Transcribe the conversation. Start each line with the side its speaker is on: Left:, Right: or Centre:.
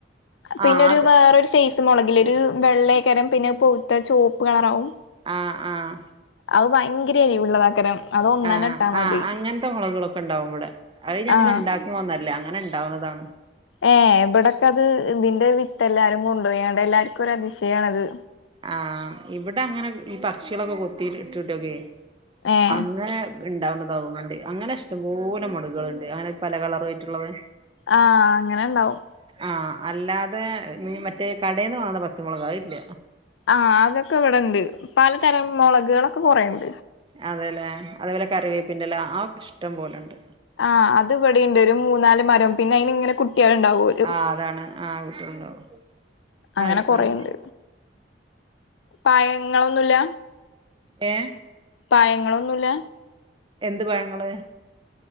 Left: പിന്നെ
Right: ആഹ് ആഹ്
Left: ഒരു
Right: അത്
Left: വേറൊരു സൈസ് മൊളകില്ലൊരു വെള്ളേക്കാരം പിന്നെ പൊവുത്ത് ചോപ്പ് കളറാവും
Right: ആഹ് ആഹ്
Left: അവ് ഭയങ്കര എരിവുള്ളതാക്കരം അത് ഒന്നന്നെ
Right: ആഹ്
Left: ഇട്ടാ മതി
Right: ആ അങ്ങൻത്തെ മുളകേളൊക്കെ ഇണ്ടാവും ഇവിടെ അത് ഞങ്ങൾ
Left: ആഹ്
Right: ഉണ്ടാക്ക്ണതൊന്നല്ല അങ്ങനെ ഉണ്ടാവുന്നതാണ്
Left: ഏ ഇവിടക്കെ അത് ഇതിന്റെ വി ത്ത് എല്ലാരും കൊണ്ടുപോയാണ്ട് എല്ലാവർക്കും ഒരു അതിശയണത്.
Right: ആഹ ഇവിടെ അങ്ങനെ ഈ പക്ഷികളൊക്കെ കൊത്തിട്ടിടോക്കെ
Left: ഏഹ്
Right: അങ്ങനെ ഉണ്ടാവുന്നതകുന്നുണ്ട് അങ്ങനെ ഇഷ്ടംപോലെ മുളകുകൾ ണ്ട് അങ്ങനെ പല കളറ് ആയിട്ടുള്ളത്
Left: ആഹ അങ്ങനെ ഉണ്ടാവും.
Right: ആഹ് അല്ലാതെ ന മറ്റേ കടയിൽന്ന് വാങ്ങുന്ന പച്ചമുളക് അതു ഇല്ല.
Left: ആഹ അതൊക്കെ ഇവിടെണ്ട്. പലതരം മുളകുകളൊക്കെ കുറയുണ്ട്.
Right: അതെല്ലേ അതേപോലെ കറിവേപ്പിന്റെല്ലോ ആ ഇഷ്ടം പോലെുണ്ട്.
Left: ആഹ അത് ഇവിടെുണ്ട് ഒരു മൂന്നാല് മരം പിന്നെ അയിന് ഇങ്ങനെ കുട്ടികലുണ്ടാവോലോ.
Right: ആഹ് അതാണ് ആഹ് കുട്ടികളുണ്ടാവും
Left: അങ്ങനെ
Right: ആയിരിക്കാം
Left: കൊറെണ്ട് പയങ്ങ ങ്ങളൊന്നുല്ല
Right: ഏഹ
Left: പയങ്ങളൊന്നുല്ല
Right: എന്ത് പഴങ്ങള്